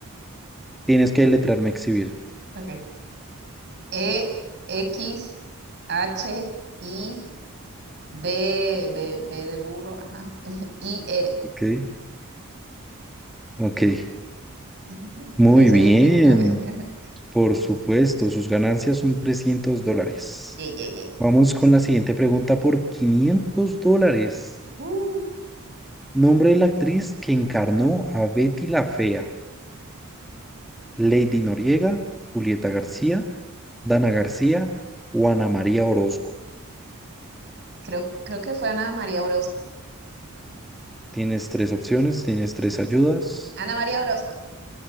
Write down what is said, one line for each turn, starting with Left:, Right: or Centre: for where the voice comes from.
Centre: Tienes que letrarme exhibir.
Right: Ok. E, X, H, I, B, B, B de burro. Ajá. <laughs> I, R.
Centre: Ok, ok.
Right: <laughs>
Centre: Muy
Right: Lo hice
Centre: bien.
Right: bien, sí. Ok. <laughs>
Centre: Por supuesto, sus ganancias son trescientos dólares.
Right: Yay, yay, yay.
Centre: Vamos con la siguiente pregunta por 500 dólares.
Right: Uh,
Centre: Nombre de la actriz que encarnó a Betty la Fea. Lady Noriega, Julieta García, Dana García o Ana María Orozco.
Right: creo, creo que fue Ana María Orozco.
Centre: Tienes tres opciones, tienes tres ayudas.
Right: Ana María Orozco.